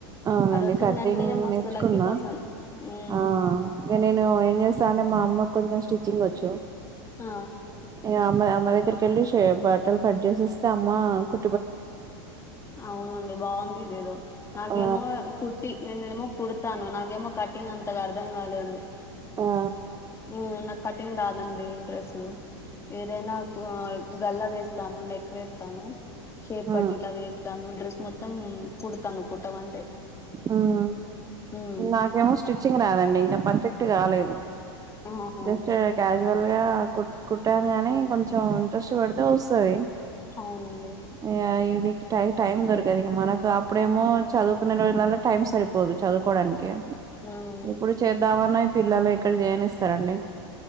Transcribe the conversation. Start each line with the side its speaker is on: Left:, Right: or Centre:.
Right: అవునండి
Left: అదొచ్చిందంటే
Right: కటింగ్
Left: మస్తు
Right: నేర్చుకున్నా
Left: లక్కీ పర్సన్ ఉమ్
Right: ఆ ఇంక నేను ఏం చేస్తా అంటే మా అమ్మకు కొంచెం స్టిచ్చింగ్ వచ్చు
Left: ఆ
Right: ఇక అమ్మ అమ్మ దగ్గరికి వెళ్ళి షే బట్టలు కట్ చేసిస్తే అమ్మ కు
Left: అవునండి బాగుంది ఇదేదో నాకేమో
Right: ఆ
Left: కుట్టి నేనేమో కుడతాను నాకేమో కటింగ్ అంతగా అర్థం కాలేదు
Right: ఆ ఆ
Left: హ్మ నాకు కటింగ్ రాద్ అండి డ్రెస్ ఏదైనా కు గల్ల వేస్తాను నెక్ వేస్తాను షేప్
Right: ఆ
Left: పట్టి లవి ఏస్తాను డ్రెస్ మొత్తం కుడతాను కుట్టమంటే
Right: హ్మ
Left: ఉమ్
Right: నాకేమో స్టిచ్చింగ్ రాదండి ఇంకా పర్ఫెక్ట్ కాలేదు
Left: ఆహా
Right: జస్ట్ క్యాస్యువల్ గా కు కుట్టాను కాని కొంచెం ఇంట్రెస్ట్ పెడితే వస్తది
Left: అవునండి
Right: ఇగ టై టైం దొరకదు ఇక మనకు అప్పుడేమో చదువుకునే రోజులలో టైం సరిపోదు చదువుకోడానిక్ కి
Left: ఉమ్
Right: ఇప్పుడు చేద్దామన్నా ఈ పిల్లలు ఎక్కడ చేయనిస్తారండి